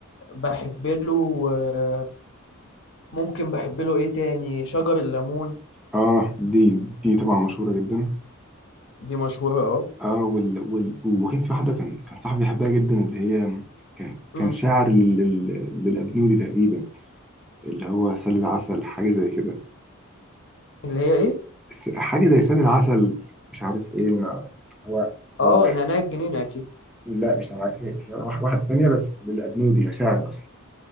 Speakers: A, on the left; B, in the centre.
A: بحب له آه، ممكن بحب له ايه تاني شجر الليمون
B: اه دي دي طبعا مشهورة جدا
A: دي مشهورة اه
B: اه وال وال وكان في واحدة كان كان صاحبي بيحبها جدا اللي هي كان كان
A: أمم.
B: شاعر لل... لل- للأبنودي تقريبا اللي هو سل العسل حاجة زي كده
A: اللي هي ايه
B: س- حاجة زي سل العسل مش عارف ايه من ع- هو هو
A: اه
B: ح-
A: نعناع الجنينة اكيد
B: لا مش عارف هي هي واح- واحدة ثانية بس للأبنودي شاعر أصلا